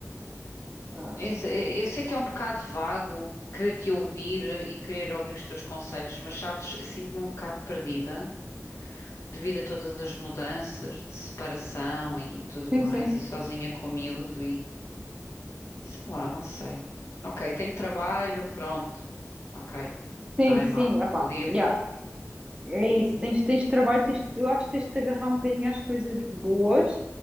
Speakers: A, on the right; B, on the left.
A: Ah,
B: Esse- eh, Eu, sei que é um bocado vago querer te ouvir e querer ouvir os teus conselhos, mas sabes, sinto-me um bocado perdida devido a todas as mudanças de separação e tudo
A: Sim,
B: mais,
A: sim,
B: e sozinha com o miúdo e sei lá, não sei. Ok, tenho trabalho, pronto. Ok,
A: sim,
B: não é
A: sim,
B: mau.
A: epá,
B: Podia.
A: já. É isso, tens, tens trabalho, tens, eu acho que tens de te agarrar um bocadinho às coisas boas